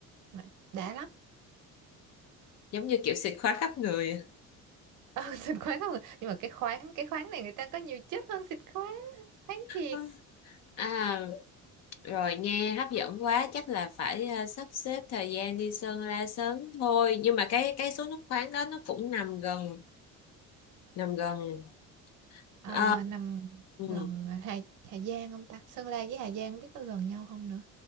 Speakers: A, on the right (about 70°); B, on the left (about 55°).
A: mà đã lắm
B: giống như kiểu xịt khoáng khắp người
A: ừ, <laughs> xịt khoáng không à? nhưng mà cái khoáng cái khoáng này người ta có nhiều chất hơn xịt khoáng khoáng thiệt
B: <laughs> À, rồi nghe hấp dẫn quá, chắc là phải ờ, sắp xếp thời gian đi Sơn La sớm thôi. Nhưng mà cái cái số nước khoáng đó nó cũng nằm gần, nằm gần.
A: Ờ,
B: Ờ,
A: nằm
B: ừ,
A: gần à, Hà Hà Giang không ta Sơn La với Hà Giang biết có gần nhau không nữa